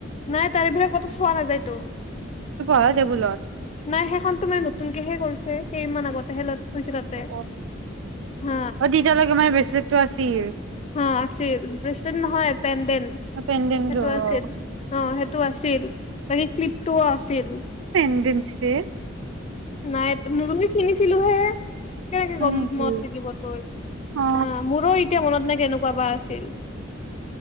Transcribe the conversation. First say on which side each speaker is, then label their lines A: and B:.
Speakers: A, on the left; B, on the right.
A: নাই তাৰে বাহিৰে কতো চোৱা নাযায় ত
B: তোৰ পঢ়া টেবুলত
A: নাই সেইখন তোমাৰ নতুনকেহে কৰিছে কেইমান আগতে হে লল থৈছিলা তে
B: অ
A: না
B: অ তেতিয়ালৈকে মানে ব্ৰেচলেটটো আছিল
A: হা আছিল ব্ৰেচলেট নহয় সেই
B: পেনডেণ্টটো
A: আ
B: অ
A: অ সেইটো আছিলপ আ
B: ন্দঞ্চ দে
A: নাই নতুনক কিনিছিলো হে কেনেকে
B: হয়
A: গম
B: নেকি
A: মত থাকিব তোৰ
B: অ
A: হ মোৰো এতিয়া মনত নাই কেনেকুৱা বা আছিল